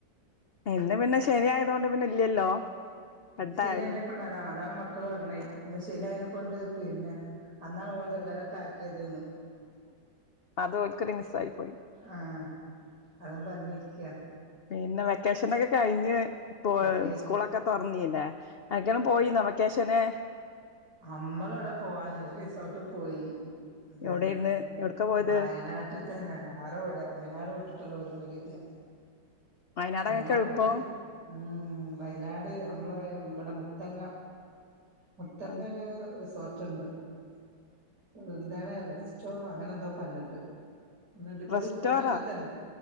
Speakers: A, on the left (about 55°); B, on the right (about 70°).
A: ഇന്ന് പിന്നെ ശനി ആയതുകൊണ്ട് പിന്നെ ഇല്ലല്ലോ എട്ടായാലും
B: ശനി അയിനൊക്കെ ഉണ്ടതാ അതാൾ മക്കൾ പറഞ്ഞ ഇന്ന് ശനി അയി- കൊണ്ട് പിന്നെ അന്നാണ് റെഡ് അലർട്ട് ആക്കിയത്
A: അത് ഓൾക്ക് മിസ് ആയി പോയി
B: ആഹ് അതും പറഞ്ഞിരിക്കയാ
A: പിന്നെ വെക്കേഷൻൊക്കെ കഴിഞ്ഞ്- ഇ
B: വെക്കേഷൻ
A: സ്കൂളൊക്കെ തുറന്നീല്ലെ ആരിക്കലും പോയി വെക്കേഷന്
B: നമ്മള എവിടെ പോവാന റിസോർട്ട് പോയി അതന്നെ
A: എവിടെയിരുന്നു എവിടക്കാ പോയത്
B: വയനാട്ടിൽ തന്നെ വേറെവിട വയനാട്ട് പരിപാടി ഇല്ല
A: വയനാടൊക്കെ
B: വയനാടുള്ള
A: എളുപ്പം
B: ഉം വയനാട് നമ്മള് ഇവിടെ മുത്തങ്ങ മുത്തങ്ങ
A: ആണോ
B: ഒരു റിസോർട്ട് എന്താണ് റെഡ് സ്റ്റോർ അങ്ങനെ എന്തോ പറഞ്ഞിട്ട് ന ഡിപോളിസ്
A: റെസ്റ്റോറാ
B: താരക്കത്തന്ന